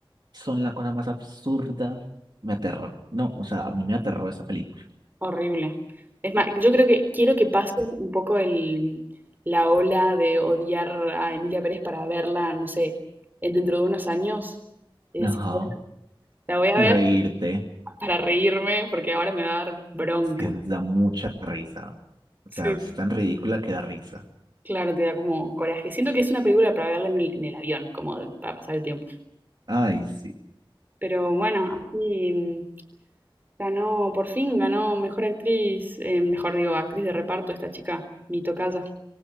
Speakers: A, on the right; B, on the right.
A: son la cosa más absurda. Me aterró. No, o sea, a mí me aterró esa película.
B: Horrible. Es más, yo creo que quiero que pase un poco el, la ola de odiar a Emilia Pérez para verla, no sé, en- dentro de unos años. Y decir,
A: Ajá.
B: la voy a
A: Y
B: ver
A: reírte,
B: para reírme porque ahora me va a dar bronca.
A: es que da mucha risa. O
B: Sí.
A: sea, es tan ridícula que da risa.
B: Claro, te da como coraje. Siento que es una película para verla en el, en el avión, como de- para pasar el tiempo.
A: Ay, sí.
B: Pero bueno, así Ganó, por fin ganó mejor actriz, eh, mejor digo, actriz de reparto esta chica, mi tocaya,